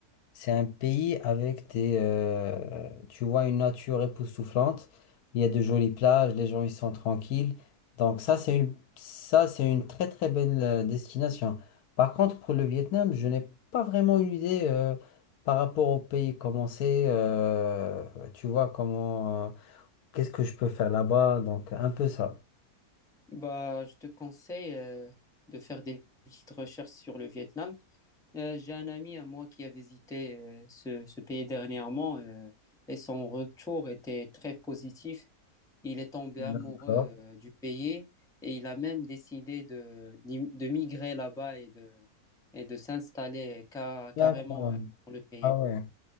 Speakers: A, on the left; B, in the centre.
A: c'est un pays avec des, euh, tu vois, une nature époustouflante. Il y a de jolies plages, les gens ils sont tranquilles. Donc ça, c'est une, ça, c'est une très très belle euh, destination. Par contre, pour le Vietnam, je n'ai pas vraiment une idée euh, par rapport au pays. Comment c'est, euh, tu vois, comment. euh, Qu'est-ce que je peux faire là-bas? Donc, un peu ça.
B: Bah, je te conseille euh, de faire des petites recherches sur le Vietnam. Euh, j'ai un ami à moi qui a visité euh, ce, ce pays dernièrement euh, et son retour était très positif. Il est tombé amoureux
A: D'accord.
B: euh, du pays et il a même décidé de, d'im- de migrer là-bas et de, et de s'installer ca-
A: D'accord.
B: carrément euh, dans le pays.
A: Ah ouais.